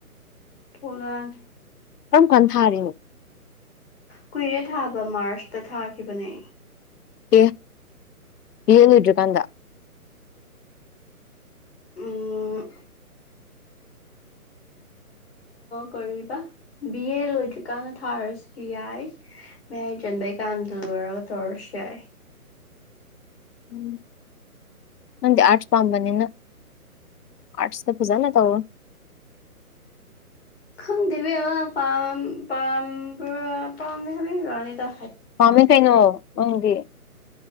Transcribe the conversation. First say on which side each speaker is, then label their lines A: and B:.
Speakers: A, on the left; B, on the left.
A: ꯊꯣꯛꯂꯛꯑꯅꯤ
B: ꯀꯝ ꯀꯟꯊꯥꯔꯤꯅꯣ
A: ꯀꯨꯏꯔꯦ ꯊꯥꯕ ꯃꯥꯔꯁꯇ ꯊꯥꯈꯤꯕꯅꯦ
B: ꯀ ꯌꯦ ꯅꯨꯖꯀꯥꯟꯗ
A: ꯑ ꯀꯔꯤꯕ ꯕꯤ ꯑꯦ ꯂꯣꯏꯗ꯭ꯔꯤꯀꯥꯟꯗ ꯊꯥꯔꯁꯨ ꯌꯥꯏ ꯍ ꯆꯟꯕꯩ ꯀꯥꯟꯗ ꯂꯣꯏꯔꯒ ꯇꯧꯔꯁꯨ ꯌꯥꯏ
B: ꯎ ꯅꯗꯤ ꯑꯔꯠꯁ ꯐꯥꯝꯅꯤꯅ ꯑꯔꯠꯁꯇ ꯐꯖꯅ ꯇꯕꯨ
A: ꯨꯡ ꯗꯕꯤ ꯑ ꯄꯝ ꯄꯝ ꯄꯝꯃꯦ ꯍꯥꯏꯕꯤ ꯀꯅꯤꯗ
B: ꯄꯥꯝꯃꯦ ꯀꯩꯅꯣ ꯅꯪꯗꯤ